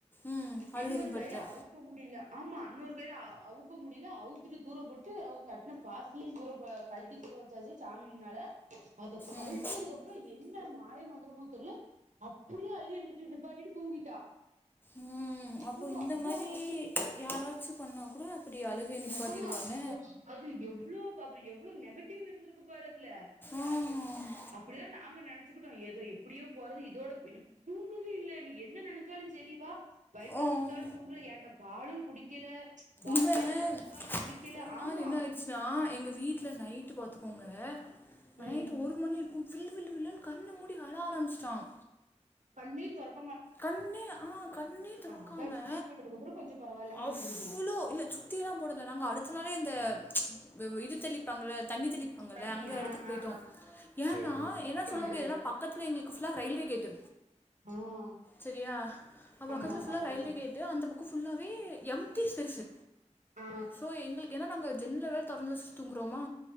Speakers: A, on the left; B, on the right.
A: ம் அது
B: இன்னோரு
A: அனுப்பிட்டா
B: கைல அவ் க்க முடியில ஆமா இன்னொரு கையில அ அவுக்க முடியல அவுத்துட்டு தூரப்போட்டு அவுங்க கட்ன பாசியு தூரப்ப கழட்டி தூற வச்சாச்சு சாமி முன்னால அத கழட்னதுக்கு
A: ம்
B: அப்பறோ என்ன மாய மந்தரமோ தெர்ல அப்புடியே அழுகைய நிட்டு நிப்பாட்டிட்டு தூங்கிட்டா
A: ம்
B: எங்களுக்கு
A: அப்போ இந்த
B: அவ்ளோ
A: மாரி
B: ஆச்சரியம்
A: இ யாராச்சும் பண்ணா கூட அப்புடி அழுகைய நிப்பாட்டிருவாங்க
B: ஆமா அது எவ்ளோ பாப்போ எவ்ளோ நெகட்டிவு இருந்துருக்கு பாரு அதுல அப்
A: ம்
B: அப்புடிதா நாங்க நெனச்சுக்குட்டோ ஏதோ எப்புடியோ போறது இதோட பொய்ட்டு தூங்குதே இல்ல நீ என்ன நெனச்சாலு செரி வா வயித்துக்
A: ம்
B: குடுத்தாலு தூங்கல ஏன்ட்ட பாலு குடிக்கெல பால்
A: இவன்
B: பாட்டில்ல குடுத்தாலு குடிக்கெல
A: ஒரு நாள்
B: ஆமா
A: என்ன ஆயிடுச்சுன்னா எங்க வீட்ல நைட்டு பாத்துக்கோங்க நைட்டு
B: ம்
A: ஒரு மணி இருக்கும் வில் வில் வில்லுன்னு கண்ண மூடி அழ ஆரம்பிச்சிட்டான்
B: கண்ணே தொரக்
A: கண்ணேன ஆ கண்ணே தொறக்காம
B: அதா சுத்தி போட்டதுக்கு அப்றோ கொஞ்சோ பரவாயில்லாம
A: அவ்ளோ
B: இருந்திருக்கு
A: இல்ல சுத்தியில்லா போடல நாங்க அடுத்த நாளே இந்த ப வ இது தெளிப்பாங்கல்ல தண்ணி தெளிப்பாங்கல்ல
B: தண்ணி
A: அங்க எடத்துக்கு
B: ஆ
A: பொயிட்டோ
B: ஆ ஆ
A: ஏன்னா
B: சேரி
A: என்ன சொல்ல முடியாதுன்னா பக்கத்துல எங்களுக்கு ஃபுல்லா ரயில்வே கேட்டு
B: ஆ ஆ
A: செரியா ஆ
B: ஆமா
A: பக்கத்துல ஃபுல்லா
B: பாத்துருக்கோ
A: ரயில்வே கேட்டு அந்த பக் கோ ஃபுல்லாவே எம்டி ஸ்ஃபேஸு
B: ஆ
A: சோ எங்களுக்கு ஏனா நாங்க ஜென்னல வேற தொறந்து வச்சுட் தூங்குறோமா